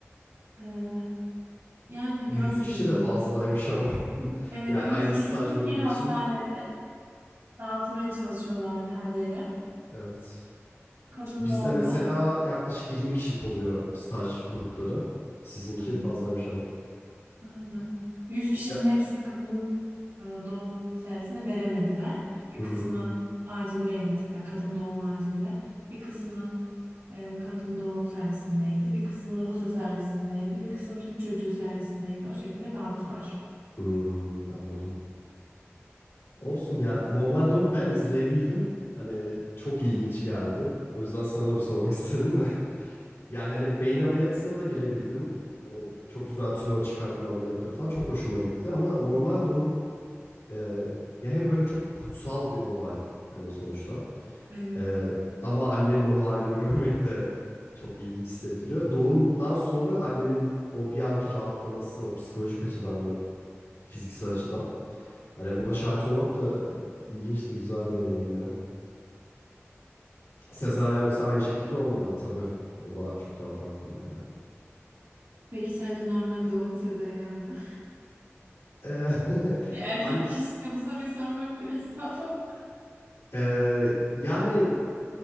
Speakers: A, on the right; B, on the left.
A: Ee, yani
B: 100
A: görmedim
B: kişi de
A: doğum.
B: fazlaymış ama. <laughs>
A: Evet
B: Yani
A: o 100
B: aynı
A: kişiyi
B: staj grubu
A: bir hastanede
B: için.
A: dağıtmaya çalışıyorlardı her yere.
B: Evet.
A: Kadın
B: Bizde
A: doğumda
B: mesela yaklaşık 20 kişilik oluyor staj grupları. Sizinki
A: hı hı.
B: fazlaymış ama.
A: Aynen. Yüz kişinin
B: Ya.
A: hepsini kadın e, doğum servisine veremediler. Bir
B: Hı
A: kısmı
B: hı.
A: acildeydi mesela kadın doğum acilde. Bir kısmı e, kadın doğum servisindeydi. Bir kısmı lohusa servisindeydi. Bir kısım süt çocuğu servisindeydi. O şekilde dağıttılar.
B: Hmm, anladım. Olsun ya. Normal doğum ben izleyebildim. Hani çok ilginç geldi. O yüzden sana da bir sormak istedim de. <laughs> Yani hani beyin ameliyatına da girebildim. Hani çok güzel tümör çıkartma ameliyatları falan çok hoşuma gitti. Ama normal doğum e, ya hem böyle çok kutsal bir olay hani sonuçta.
A: Evet.
B: Ee, ama annenin o halini görmek de çok ilginç hissettiriyor. Doğumdan sonra annenin o bir anki rahatlaması, o psikolojik açıdan ve fiziksel açıdan. Hani buna şahit olmak da ilginç de güzel bir deneyimdi ya. Sezaryen mesela aynı şekilde olmadı tabii. O da çok daha farklıydı yani.
A: Peki sence normal doğum mu sezeryan mı?
B: Ee,
A: <laughs> Bir erkek
B: <laughs> an-
A: kişisine bu soruyu sormak biraz <laughs> daha fazla.
B: ee, yani